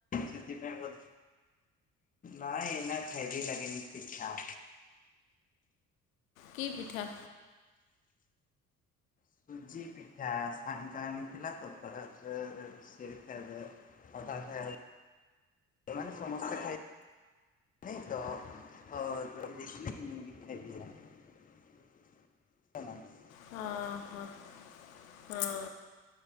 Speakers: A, on the left (about 20°); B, on the left (about 70°).
A: ସେଥିପାଇଁ ବୋଧେ, ନାଇ ଏଇନା ଖାଇବି ଲାଗିନି ପିଠା।
B: କି ପିଠା?
A: ସୁଜି ପିଠା। ସାଙ୍ଗ ଆଣିଥିଲା ତ <unintelligible> ଅଧା ଖାଇବାରୁ ଏମାନେ ସମସ୍ତେ ଖା ନାଇଁତ ହ ଯଦି ଦେଖିଲି ମୁଁ ବି ଖାଇବି ଆ। <unintelligible>
B: ହଁ ହଁ। ହଁ,